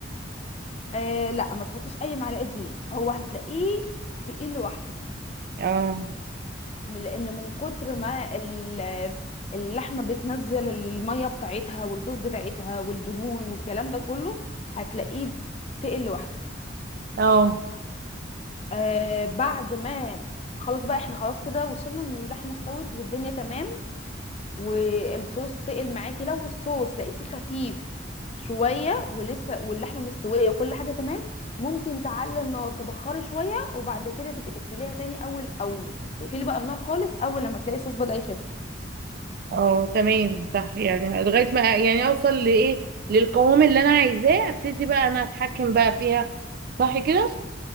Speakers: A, on the left; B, on the right.
A: آه لا ما تحطيش اي معلقه دقيق هو هتلاقيه تقيل لوحده
B: اه
A: من- لان من كتر ما ال- اللحمه بتنزل الميه بتاعتها والصوص بتاعتها والدهون والكلام ده كله هتلاقيه تقل لوحده
B: اه
A: آه بعد ما خلاص بقى احنا خلاص كده وصلنا ان اللحمه استوت والدنيا تمام والصوص تقل معاكي لو الصوص لقيتيه خفيف شويه ولسه واللحمه مستويه وكل حاجه تمام ممكن تعلي النار تبخري شويه وبعد كده تبقي تقفليها تاني اول او تقفلي بقى النار خالص اول لما تلاقي الصوص بدأ يخف
B: اه تمام صح يعني لغاية ما يعني اوصل لايه للقوام اللي انا عايزاه ابتدي بقى انا اتحكم بقى فيها صح كده